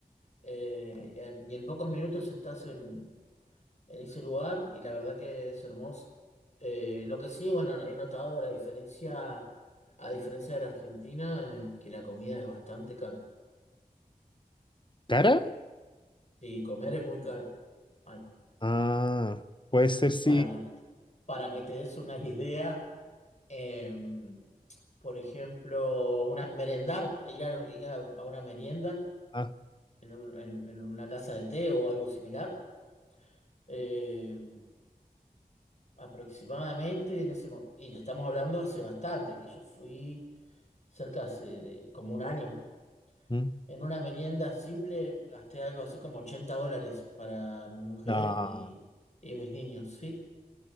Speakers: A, on the left (about 50°); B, on the left (about 30°).
A: eh, en- y en pocos minutos estás en, en ese lugar y la verdad que es hermoso. Eh, lo que sí, bueno, he notado la diferencia, a diferencia de la Argentina, eh, que la comida es bastante cara.
B: ¿Cara?
A: Sí, comer es muy caro. Ay,
B: Ah, puede ser sí.
A: para que, para que te des una <laughs> idea, em, por ejemplo, una, merendar, ir a, ir a- a una merienda
B: Ah,
A: en, un- en- en una casa de té o algo similar, em, aproximadamente en ese momento, y le estamos hablando hace bastante, que yo fui cerca hace de- como un año.
B: mm.
A: En una merienda simple gasté algo así como 80 dólares para mi mujer
B: No.
A: y, y mis niños, ¿sí?